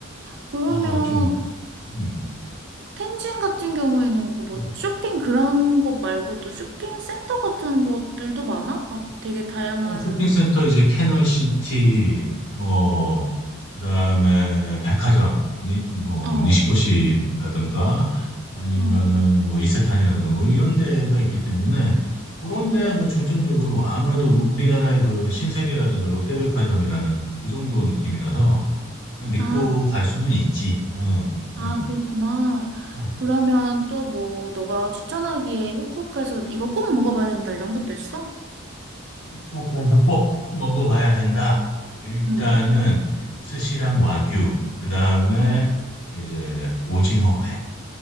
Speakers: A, on the right (about 55°); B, on the left (about 85°).
A: 그러면
B: 어, 좀, 음.
A: 텐진 같은 경우에는 그 뭐
B: 음.
A: 쇼핑 그런 것 말고도 쇼핑 센터 같은 것들도 많아? 막 되게 다양한
B: 서울 쇼핑센터 이제 캐널시티, 뭐, 그다음에 백화점, 니, 뭐,
A: 어,
B: 니시코시라든가, 아니면은
A: 그래? 어,
B: 뭐, 이세탄이라든가, 뭐, 이런 데가 있기 때문에, 그런
A: 어.
B: 데 뭐, 중점적으로 아무래도 그 우리나라의 그 신세계라든가 롯데백화점이라는 그 정도 느낌이라서, 그냥 믿고
A: 아,
B: 갈 수는 있지. 어,
A: 아
B: 음.
A: 그렇구나.
B: 어.
A: 그러면 또 뭐 너가 추천하기에 후쿠오카에서 이거 꼭 먹어봐야 된다 이런 것도 있어?
B: 후쿠오카에서 꼭 먹어봐야 된다. 일단은
A: 응.
B: 스시랑 와규, 그 다음에
A: 어,
B: 이제 오징어회.